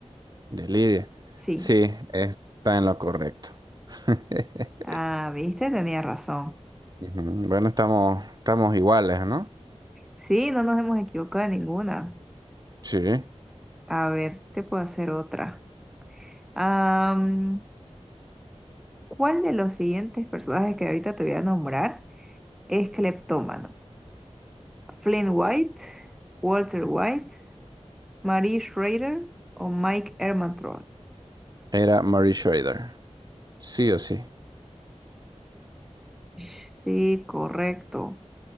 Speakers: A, on the right (about 35°); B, in the centre.
A: De Lidia.
B: Sí.
A: Sí, está en lo correcto. <laughs>
B: Ah, viste, tenía razón.
A: Ujú, Bueno, estamos, estamos iguales, ¿no?
B: Sí, no nos hemos equivocado en ninguna.
A: Sí.
B: A ver, te puedo hacer otra. Am, ¿cuál de los siguientes personajes que ahorita te voy a nombrar es cleptómano? ¿Flynn White, Walter White, Marie Schrader o Mike Ehrmantraut?
A: Era Mary Schrader. Sí o sí.
B: Sh, Sí, correcto.